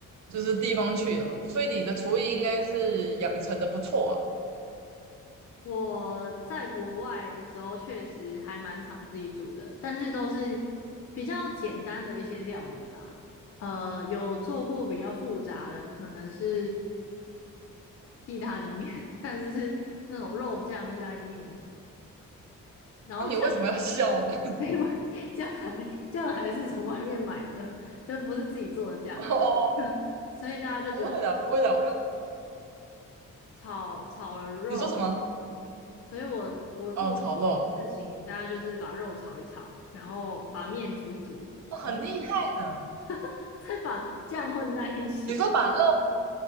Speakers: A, on the right; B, on the left.
A: 就是地方去了，所以你的厨艺应该是养成的不错啊。
B: <laughs>。我在国外的时候，确实还蛮常自己煮的，但是都是比较简单的一些料理啦。呃，有做过比较复杂的，可能是意大利面，<laughs> 但是是那种肉酱意大利面，然后酱，
A: 那你为什么要 <laughs> 笑呢？
B: <laughs> 另外酱还酱还是从外面买的，就不是自己做的酱。
A: <laughs> 哦哦，哦
B: <laughs> 所以大家就只有
A: 不会的，不会的，我有
B: 炒炒了肉，
A: 你说什么？
B: 所以我我做事情，
A: 哦，炒肉，
B: 大家就是把肉炒一炒，然后把面煮一煮，
A: 哦，很厉害的。
B: 然后 <laughs> 再把酱混在一起，
A: 你说把肉，